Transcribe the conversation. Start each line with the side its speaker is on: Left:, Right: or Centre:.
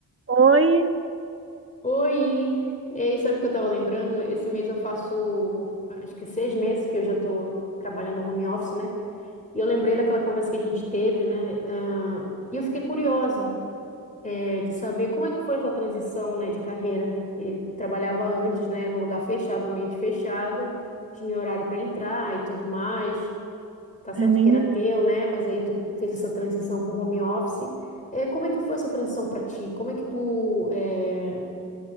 Right: Oi,
Left: Oi! Ei, sabe o que eu tava lembrando? Esse mês eu faço, acho que seis meses que eu já tô trabalhando home office, né? E eu lembrei daquela conversa que a gente teve, né? Ah, e eu fiquei curiosa, eh, de saber como é que foi a tua transição, né, de carreira. E trabalhava antes, né, num lugar fechado, ambiente fechado, tinha horário para entrar e tudo mais. Tá certo
Right: eu nem
Left: que
Right: me
Left: era
Right: lembro.
Left: teu, né? Mas aí tu fez essa transição pro home office. Eh, como é que foi essa transição para ti? Como é que tu, eh,